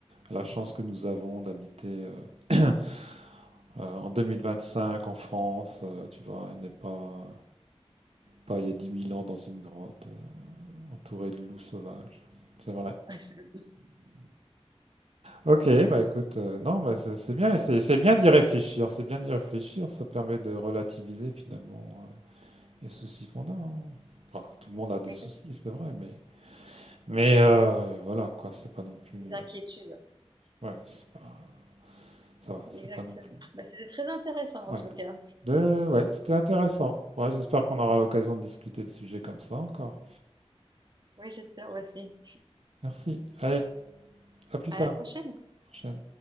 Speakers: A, on the right; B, on the right.
A: à la chance que nous avons d'habiter, heu heu, <clears throat> en 2025 en France, heu, tu vois? Et n'est pas pas il y a dix mille ans dans une grotte, heu, entouré de loups sauvages. C'est vrai.
B: <laughs>
A: OK, bah, écoute, heu, non, bah, c'est c'est bien, c'est c'est bien d'y réfléchir, c'est bien d'y réfléchir, ça permet de relativiser finalement, les soucis qu'on a. hein. Enfin, tout le monde a des
B: Exact.
A: soucis, c'est vrai, mais mais euh, voilà quoi, c'est pas non plus. euh,
B: Des inquiétudes.
A: Ouais, c'est pas ça va,
B: Mm.
A: c'est
B: Exactement.
A: pas non plus.
B: Bah, c'était très intéressant en
A: Ouais,
B: tout cas.
A: De- ouais, c'était intéressant. Ouais, j'espère qu'on aura l'occasion de discuter de sujets comme ça encore.
B: Oui, j'espère aussi.
A: Merci. Allez, à plus
B: À
A: tard.
B: la prochaine.
A: Prochaine.